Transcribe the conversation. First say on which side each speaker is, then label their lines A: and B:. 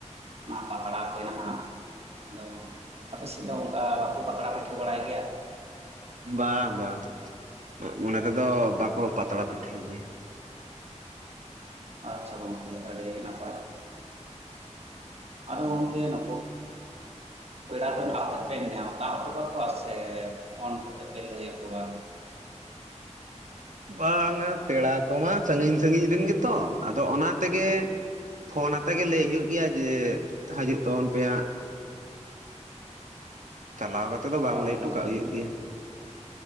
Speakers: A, on the right; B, on the right.
A: ᱚᱱᱟ ᱯᱟᱛᱲᱟ ᱛᱮ ᱱᱟᱦᱟᱜ, ᱟᱫᱚ ᱟᱯᱮ ᱥᱮᱫ ᱫᱚ ᱚᱱᱠᱟ ᱵᱟᱠᱚ ᱯᱟᱛᱲᱟ ᱯᱤᱴᱷᱟᱹ ᱵᱟᱲᱟᱭ ᱜᱮᱭᱟ?
B: ᱵᱟᱝ ᱵᱟᱝ, ᱢᱟᱜ-ᱢᱚᱬᱮ ᱨᱮᱫᱚ ᱵᱟᱠᱚ ᱯᱟᱛᱲᱟ ᱯᱤᱴᱷᱟᱹᱭ ᱜᱮᱭᱟ᱾
A: ᱟᱪᱪᱷᱟ ᱜᱚᱝᱠᱮ ᱟᱹᱰᱤ ᱱᱟᱯᱟᱭ, ᱟᱫᱚ ᱜᱚᱢᱠᱮ ᱱᱳᱠᱳ ᱯᱮᱲᱟ ᱫᱚ ᱱᱟᱸᱜ ᱯᱮ ᱱᱮᱣᱛᱟ ᱦᱚᱴᱚ ᱠᱟᱠ-ᱟ ᱥᱮ ᱯᱷᱳᱱ ᱠᱚᱛᱮ ᱯᱮ ᱞᱟᱹᱭ ᱟᱠᱚᱣᱟ?
B: ᱵᱟᱝᱼᱟ, ᱯᱮᱲᱟ ᱠᱚᱢᱟ ᱥᱟᱺᱜᱤᱧ ᱥᱟᱺᱜᱤᱧ ᱨᱮᱱ ᱜᱮᱛᱚ ᱟᱫᱚ ᱚᱱᱟ ᱛᱮᱜᱮ ᱯᱷᱳᱱ ᱟᱛᱮ ᱜᱮ ᱞᱟᱹᱭ ᱦᱩᱭᱩᱜ ᱜᱮᱭᱟ ᱡᱮ ᱦᱤᱡᱩᱜ ᱛᱟᱵᱚᱱ ᱯᱮ ᱦᱟᱸᱜ ᱾ ᱪᱟᱞᱟᱣ ᱠᱟᱛᱮᱜ ᱫᱚ ᱵᱟᱝ
A: ᱦᱳᱭ
B: ᱞᱟᱹᱭ ᱦᱚᱴᱚᱠᱟᱜ
A: ᱜᱚᱢᱠᱮ
B: ᱦᱩᱭᱩᱜ ᱜᱮᱭᱟ᱾